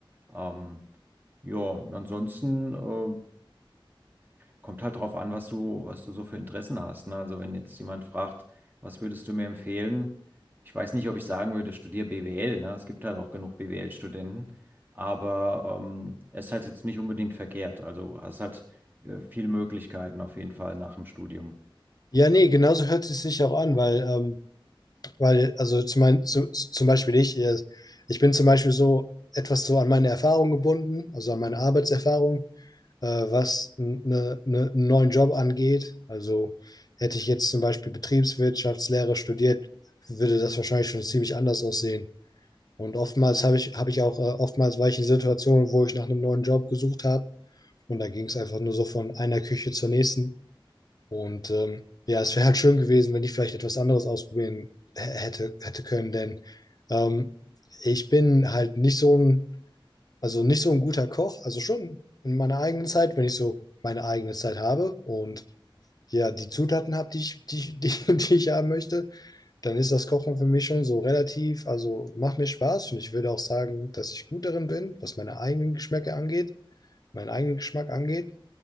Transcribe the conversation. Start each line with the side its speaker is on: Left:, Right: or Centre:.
Right: Ähm, ja, und ansonsten äh, kommt halt drauf an, was du, was du so für Interessen hast, ne? Also wenn jetzt jemand fragt, was würdest du mir empfehlen? Ich weiß nicht, ob ich sagen würde, studier BWL, ne? Es gibt halt auch genug BWL-Studenten, aber ähm, es ist halt jetzt nicht unbedingt verkehrt. Also hast halt äh, viele Möglichkeiten auf jeden Fall nach dem Studium.
Left: Ja, nee, genauso hört es sich auch an, weil ähm, Weil, also zum, mein, zu, zum Beispiel ich, äh, ich bin zum Beispiel so etwas so an meine Erfahrung gebunden, also an meine Arbeitserfahrung, äh, was n- ne, ne, einen neuen Job angeht. Also hätte ich jetzt zum Beispiel Betriebswirtschaftslehre studiert, würde das wahrscheinlich schon ziemlich anders aussehen. Und oftmals habe ich, habe ich auch, äh, oftmals war ich in Situationen, wo ich nach einem neuen Job gesucht habe. Und da ging es einfach nur so von einer Küche zur nächsten. Und ähm, ja, es wäre halt schön gewesen, wenn ich vielleicht etwas anderes ausprobieren h- hätte, hätte können, denn ähm, ich bin halt nicht so ein, also nicht so ein guter Koch, also schon in meiner eigenen Zeit, wenn ich so meine eigene Zeit habe und ja, die Zutaten habe, die ich, die, ich- <laughs> die, die ich haben möchte, dann ist das Kochen für mich schon so relativ, also macht mir Spaß und ich würde auch sagen, dass ich gut darin bin, was meine eigenen Geschmäcke angeht, meinen eigenen Geschmack angeht.